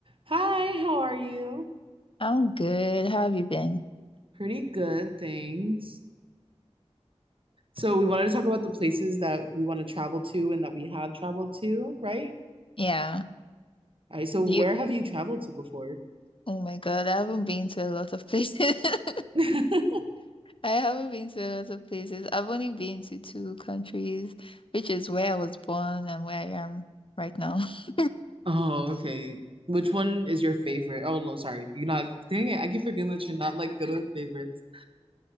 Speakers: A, on the right; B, on the left.
A: Hi, how are you?
B: I'm good. How have you been?
A: Pretty good, thanks. So we wanted to talk about the places that we want to travel to and that we have traveled to, right?
B: Yeah.
A: All right, so
B: You,
A: where have you traveled to before?
B: oh my God, I haven't been to a lot of places. <laughs>
A: <laughs>
B: I haven't been to a lot of places. I've only been to two countries, which is where I was born and where I am right now. <laughs>
A: Oh, okay. Which one is your favorite? Oh, no, sorry. You're not, dang it, I keep forgetting that you're not like good with favorites.